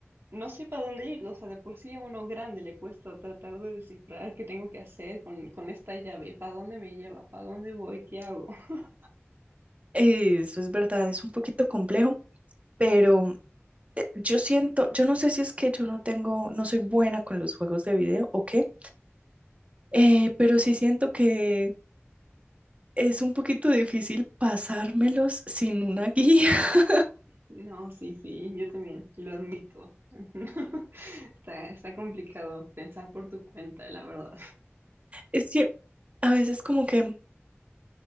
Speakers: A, on the right; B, on the right.
A: no sé para dónde ir, o sea, de por sí a uno grande le cuesta tratar de descifrar qué tengo que hacer con, con esta llave, para dónde me lleva, para dónde voy, qué hago. <laughs>
B: Eso es verdad, es un poquito complejo, pero... eh, yo siento, yo no sé si es que yo no tengo, no soy buena con los juegos de video o qué, eh, pero sí siento que es un poquito difícil pasármelos sin una guía. <laughs>
A: No, sí, sí, yo también, lo admito. <laughs> Está, está complicado pensar por tu cuenta, la verdad.
B: Es que a veces como que